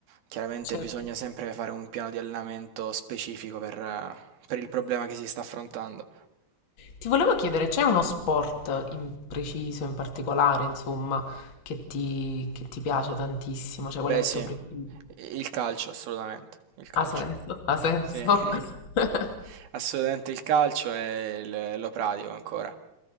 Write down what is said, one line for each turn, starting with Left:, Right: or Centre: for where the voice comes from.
Right: Chiaramente
Left: certo.
Right: bisogna sempre fare un piano di allenamento specifico per, eh, per il problema che si sta affrontando.
Left: Ti volevo chiedere, c'è uno sport in preciso, in particolare, insomma, che ti, che ti piace tantissimo? Cioè,
Right: Beh,
Left: qual è il
Right: sì,
Left: tuo preferito?
Right: il calcio, assolutamente, il calcio.
Left: Ha senso? Ha senso?
Right: Sì, <laughs>
Left: <laughs>
Right: assolutamente il calcio e il- lo pratico ancora.